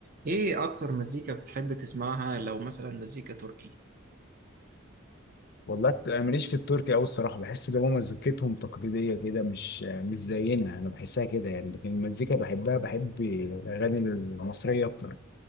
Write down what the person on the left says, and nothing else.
والله الت- انا ماليش في التركي قوي الصراحه بحس ان هو مزيكتهم تقليديه كده مش مش زينا انا بحسها كده يعني لكن المزيكا بحبها بحب الاغاني المصريه اكتر